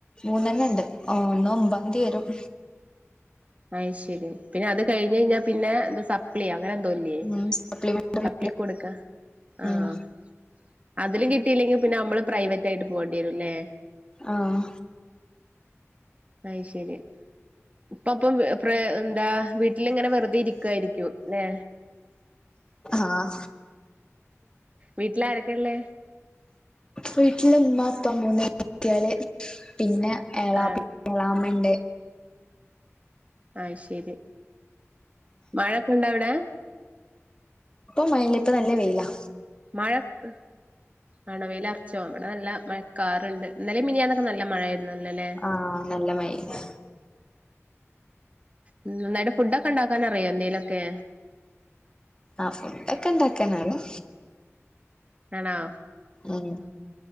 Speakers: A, on the left (about 20°); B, on the right (about 30°).
A: മൂന്നെണ്ണണ്ട്, ഒന്ന് ഒമ്പാന്തി വരും.
B: അയ് ശരി, പിന്നെ അത് കഴിഞ്ഞഴിഞ്ഞാ പിന്നെ ഇത് സ- 'പ്ലി 'അങ്ങനെന്തോല്ലേ
A: ഉം സപ്ലിമെന്ററി
B: സപ്ലിക്ക് കൊടുക്ക. ആഹ്.
A: ഉം
B: അതിലും കിട്ടിയില്ലെങ്കിൽ പിന്നെ മ്മള് പ്രൈവറ്റ് ആയിട്ട് പോവണ്ടിയേരുല്ലേ?
A: ആഹ്.
B: അയ് ശരി. പ്പപ്പം പ്രേ എന്താ വി ട്ടിലിങ്ങനെ വെറുതെ ഇരിക്കായിരിക്കും ല്ലെ?
A: ആഹ്
B: വീട്ടിലാരൊക്കെ ള്ളേ?
A: വീട്ടില് ഇമ്മ ഇപ്പ മൂന്ന് കുട്ട്യാള്, പിന്നെ എളാപ്പിം
B: ആണ്
A: ഏളാമണ്ട്.
B: ആയ് ശരി, മഴൊക്കെ ഉണ്ടോവ്ടെ?
A: ഇപ്പം മയല്ല ഇപ്പ നല്ല വെയിലാ.
B: മഴക്ക് ആണോ വെയ്‌ലർച്ചോ? നല്ല മഴക്കാറ്ണ്ട്. ഇന്നലിം മിനിയാന്നൊക്കെ നല്ല മഴായിരുന്നുന്നല്ലോ ല്ലേ?
A: ആഹ് നല്ല മഴയാ
B: ഉം നന്നായിട്ട് ഫുഡ്ഡൊക്കെ ഉണ്ടാക്കാനറിയോ എന്തേലൊക്കെ?
A: ആഹ് ഫുഡൊക്കെ ഇണ്ടാക്കാനറിം.
B: വേണോ?
A: ഉം